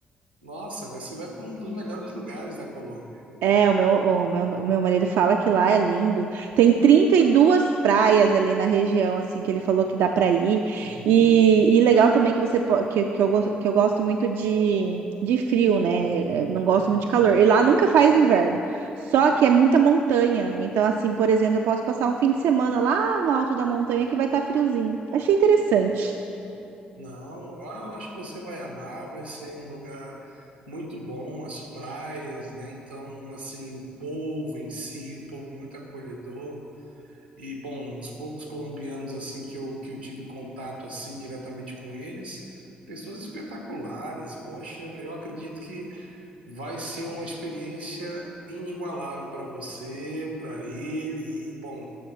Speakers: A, on the right; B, on the right.
A: Nossa, você vai para um dos melhores lugares da Colômbia.
B: É, o meu, o meu, o meu marido fala que lá é lindo. Tem 32 praias ali na região, assim, que ele falou que dá para ir.
A: Uhum.
B: E, e legal também que você po- que, que eu, gos- que eu gosto muito de, de frio, né? É, Não gosto muito de calor. E lá nunca faz inverno. Só que é muita montanha. Então, assim, por exemplo, eu posso passar um fim de semana lá no alto da montanha que vai estar friozinho. Achei interessante.
A: Não, ah, eu acho que você vai amar, vai ser um lugar muito bom, as praias, né? Então, assim, o povo em si, o povo muito acolhedor. E bom, os poucos colombianos assim que eu, que eu tive contato assim diretamente com eles, pessoas espetaculares. Poxa, eu acredito que vai ser uma experiência inigualável para você, para ele. E, bom,